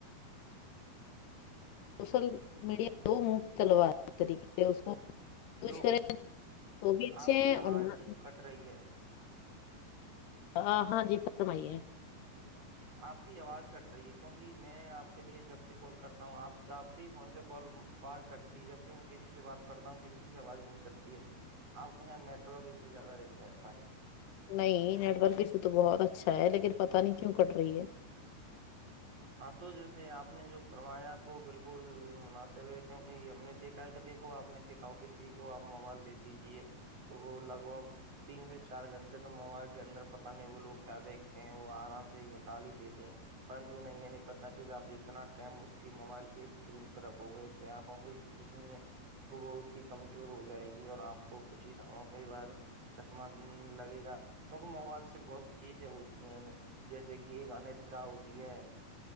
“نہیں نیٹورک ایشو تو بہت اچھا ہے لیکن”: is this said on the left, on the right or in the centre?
Left